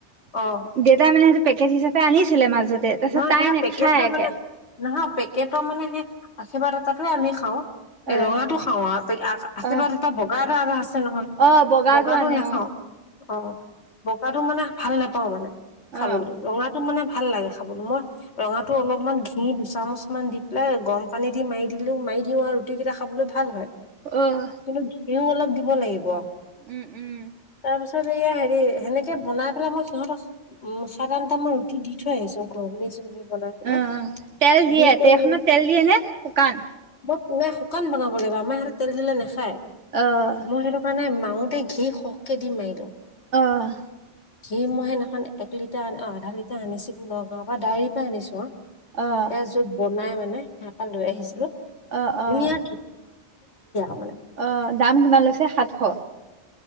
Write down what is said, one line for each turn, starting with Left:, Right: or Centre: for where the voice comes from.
Left: অ'।
Right: দেউতা মানে সেইটো পেকেট হিচাপে আনিছিলে মাজতে তাৰপিছত
Left: নহয়
Right: তাই
Left: সেয়া
Right: নেখায়
Left: পেকেটটো
Right: একে।
Left: মানে নহয় পেকেটৰ মানে সেই আশীৰ্বাদ আটাতোৱে আমি খাওঁ। এই
Right: অ',
Left: ৰঙা টো খাওঁ আৰু আশীৰ্বাদ
Right: অ',
Left: এটা বগা আটা আছে আছে নহয়
Right: অ', বগাটো
Left: বগা টো
Right: আনে
Left: নাখাও
Right: অ',
Left: অ'। বগাটো মানে ভাল নাপাওঁ মানে খাবলৈ
Right: অ',
Left: ৰঙাটো মানে ভাল লাগে খাবলৈ মই ৰঙা টো অলপমান ঘি দুচামুচ মান দি পেলাই গৰম পানী দি মাৰি দিলেও মাৰি দিও আৰু ৰুটি কেইটা খাবলৈ ভাল হয়।
Right: অ'।
Left: কিন্তু ঘিউও অলপ দিব লাগিব।
Right: উম, উম।
Left: তাৰ পিছত এয়া হেৰি সেনেকে বনাই পেলাই মই সিহঁত উম, সাত আঠটামান ৰুটি দি থৈ আহিছো ঘুগুনী চুগুনি বনাই। পেলাই
Right: অ', তেল দিয়ে
Left: দি কৰি
Right: তেখনত
Left: লৈ
Right: তেল দিয়ে নে শুকান?
Left: <unintelligible> শুকান বনাব লাগিব আমাৰ ইহঁতে তেল দিলে নাখায়।
Right: অ'।
Left: মই সেইটো কাৰণে মাওতে ঘি সৰহকে দি মাৰিলোঁ।
Right: অঁ'।
Left: ঘি মই সেইদিনাখন এক লিটাৰ অ', আধা লিটাৰ আনিছিল নগাৱৰ পৰা ডাইৰি পৰা আনিছো অ'।
Right: অ',
Left: এ জোত বনাই মানে সেইয়া পা লৈ আহিছিলো ধুনীয়া
Right: অ', অ',
Left: <unintelligible> মানে।
Right: অ', দাম কিমান লৈছে সাতশ?